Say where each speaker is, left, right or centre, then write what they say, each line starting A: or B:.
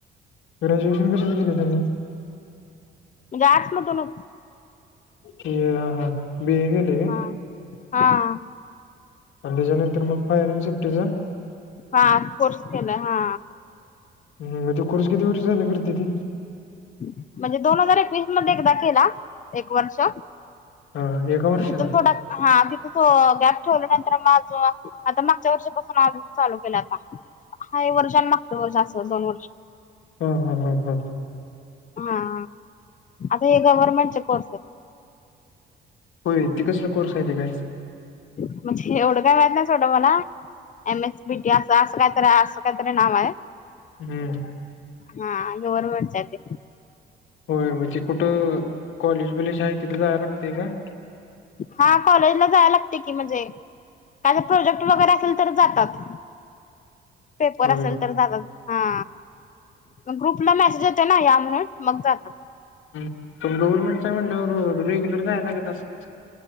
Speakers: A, on the left; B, on the left.
A: ग्रॅज्युएशन कशात केलय त्यांनी?
B: म्हणजे आर्ट्स मधूनच
A: हे हा बी ए केलं
B: हा हा.
A: आन त्याच्या नंतर मग फायरन शिपटीचा
B: हा कोर्स केलाय हा.
A: हम्म मग तो कोर्स किती वर्ष झालं करते ती?
B: म्हणजे दोन हजार एकवीस मध्ये एकदा केला एक वर्ष.
A: हा एका वर्षात
B: अजून थोडा हा तिथ तो गॅप ठेवल्या नंतर माझ आता मागच्या वर्षापासून आजच चालू केलं आता, हा वर्ष मागचं वर्ष अस दोन वर्ष.
A: हा हा हा हा.
B: हा हा आता हे गव्हर्नमेंट चे कोर्स
A: होय ते कसला कोर्स आहे ते काय?
B: म्हणजे एवढं काय माहित नाय सोडा मला एम एस बी टी असं असं काय तरी असं कायतरी नाव हाय.
A: हम्म
B: हा गव्हर्नमेंटच हाय ते.
A: होय मग तेे कुठं, कॉलेज बीलेज हाय तिथे जायला लागतेय का?
B: हा कॉलेजला जाया लागतय की म्हणजे काय तर प्रोजेक्ट वगैरे असेल तर जातात, पेपर
A: होय
B: असेल तर जातात. हा ग्रुपला मेसेज येतोय ना या म्हणून मग जाता.
A: पण गव्हर्नमेंटच आहे म्हटल्यावर रेग्युलर जायला लागत असेल.